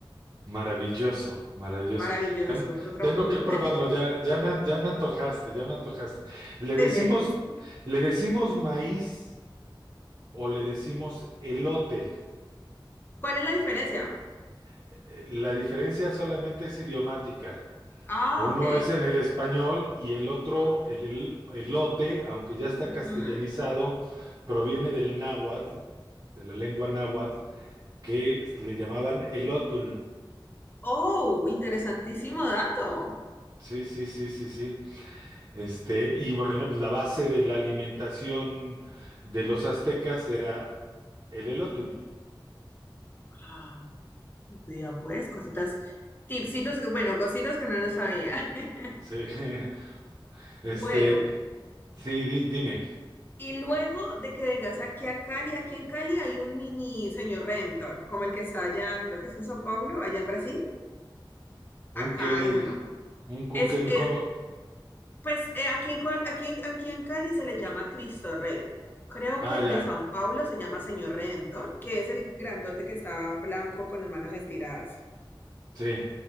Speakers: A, on the right; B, on the left.
A: Maravilloso, maravilloso.
B: maravilloso,
A: Ten-
B: de otro
A: Tengo
B: mundo.
A: que probarlo, ya, ya me, ya me antojaste, ya me antojaste. ¿Le
B: <laughs> Tenés.
A: decimos,
B: sí.
A: le decimos maíz o le decimos elote?
B: ¿Cuál es la diferencia?
A: Eh, La diferencia solamente es idiomática.
B: Ah,
A: Uno
B: ok.
A: es en el español y el otro, el, el- elote, aunque ya está
B: Ujú.
A: castellanizado, proviene del náhuatl, de la lengua náhuatl, que le llamaban elotul.
B: Oh, interesantísimo dato.
A: Sí, sí, sí, sí, sí. Este, y bueno, pues, la base de la alimentación de los aztecas era el elótul.
B: Ah, vea pues, cositas, tipsitos, que- bueno, cositas que no nos sabía. <laughs>
A: Sí, <laughs>
B: Bueno,
A: este, sí, di- dime,
B: y luego de que vengas aquí a Cali, aquí en Cali hay un mini señor Redentor, como el que está allá, creo que es en Sao Paulo, allá en Brasil.
A: ¿un
B: Acá
A: qué me
B: hay uno.
A: dije? ¿Un, un
B: Es,
A: qué me
B: es,
A: como?
B: Pues eh, aquí en, Col- aquí en- aquí en Cali se le llama Cristo Rey. Creo
A: Ah,
B: que el
A: ya,
B: de San Pablo se llama Señor Redentor, que es el grandote que está blanco con las manos estiradas.
A: sí,